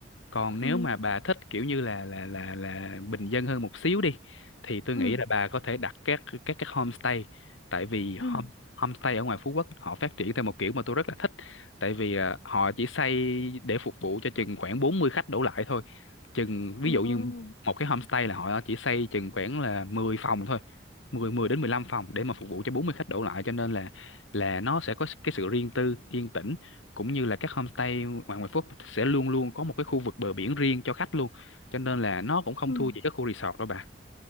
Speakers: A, on the left (about 80°); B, on the left (about 55°).
A: còn
B: Ừ.
A: nếu mà bà thích kiểu như là là là là bình dân hơn một xíu đi thì tôi
B: Ừ.
A: nghĩ là bà có thể đặt các các các homestay tại vì
B: Ừ.
A: hom homestay ở ngoài Phú Quốc họ phát triển theo một kiểu mà tôi rất là thích tại vì à, họ chỉ xây để phục vụ cho chừng khoảng 40 khách đổ lại thôi chừng ví
B: Ừ.
A: dụ như
B: Ồ.
A: một cái homestay là họ chỉ xây chừng khoảng là 10 phòng thôi à. 10 10 đến 15 phòng để mà phục vụ cho 40 khách đổ lại cho nên là là nó sẽ có cái sự riêng tư yên tĩnh cũng như là các homestay ngoài ngoại Phúc sẽ luôn luôn có một cái khu vực bờ biển riêng cho khách luôn cho nên là nó cũng không
B: Ừ.
A: thua gì các khu resort đâu bà